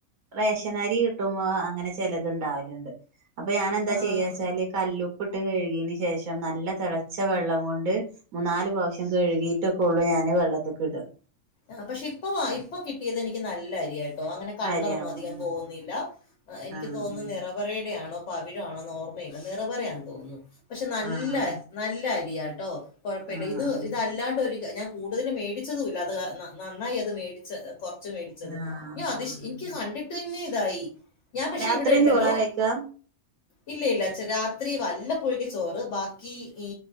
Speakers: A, on the right (about 80°); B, on the left (about 60°).
A: റേഷനരി കിട്ടുമ്പോ അങ്ങനെ ചെലതുണ്ടാവലുണ്ട് അപ്പൊ ഞാനെന്താ
B: ആഹ്
A: ചെയ്യച്ചാല് കല്ലുപ്പ് പ്പിട്ട് കഴുകിയന് ശേഷം നല്ല തെളച്ച വെള്ളം കൊണ്ട് മൂന്നാല് പ്രാവശ്യം കഴുകിട്ടൊക്കെ ഉള്ളൂ ഞാൻ- അങ്ങനെ വെള്ളത്തേക്കിട്ക-
B: ആഹ് പക്ഷെ ഇപ്പൊ വാ ഇപ്പൊ കിട്ടിയത് എനിക്ക് നല്ല അരിയാ- ട്ടൊ അങ്ങനെ കള്ളറൊന്നും
A: അരിയാവുന്ന
B: അധികം പോകുന്നില്ല എനിക്ക്
A: ആഹ്
B: തോന്നി നിറപറേടെ ആണോ? പവിഴാണോ ന്ന് ഓർമ്മയില്ല നിറപറയാണെന്ന് തോന്നുന്നു പക്ഷെ നല്ല
A: ആഹ്
B: നല്ല അരിയാട്ടോ. കുഴപ്പമില്ല
A: ആഹ്
B: ഇത്
A: ആഹ്
B: ഇതല്ലാണ്ട് ഒരു ഞാൻ കൂടുതലും മേടിച്ചതൂല്ല അത് കാരണം നന്നായി അത് മേടിച്ചത്. കൊറച്ച് മേടിച്ചത്
A: ആഹ്
B: ഞാ അതിഷ്
A: ആഹ്
B: എനിക്ക് കണ്ടിട്ട് തന്നെ ഇതായി. ഞാൻ പക്ഷെ
A: രാത്രിയും
B: ഇവിടെ ഇണ്ടല്ലോ.
A: ചോറാ കഴിക്കാ
B: ഇല്ല ഇല്ല രാത്രി വല്ലപോഴൊക്കെ ചോറ് ബാക്കി ഈ